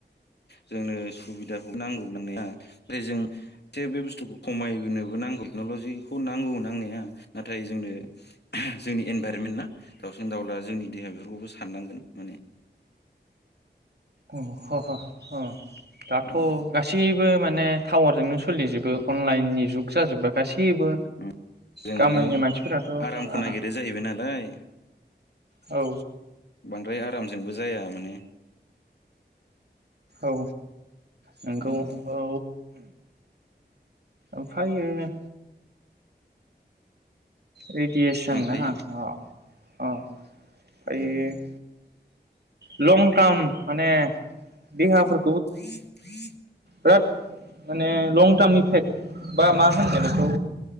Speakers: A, on the left; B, on the right.
A: जोंनो सुबिदाखौ नांगौ नांनाया ओफ्राय जों थे बे बुस्थुखौ खमायोबो नांगौ टेक्न'लजिखौ नांगौ नांनाया नाथाय जोंनो जोंनि इनभारमेन्ट ना दाउसिन दाउला जोंनि देहाफोरखौबो स सारनांगोन माने
B: अ ह ह ह दाथ'
A: उम
B: गासैब बो माने टावारजोंनो सोलिजोबो अनलाइननि जुग जाजोब्बाय। गासैबो
A: उम जों
B: गामिनि
A: माने
B: मानसिफोराथ'
A: आरामखौ
B: बारा
A: नागिरो जाहैबाय नालाय
B: औ
A: बांद्राय आरामजोंबो जाया माने
B: औ नोंगौ
A: उम
B: औ ओमफ्रायो रेडियेसन
A: ओमफायो
B: आहा अ अ ओमफायो
A: उम
B: लं टार्म माने देहाफोर
A: <inaudible>
B: बिराद माने लं टार्मनि फेक बा मा होनगोन बेखौ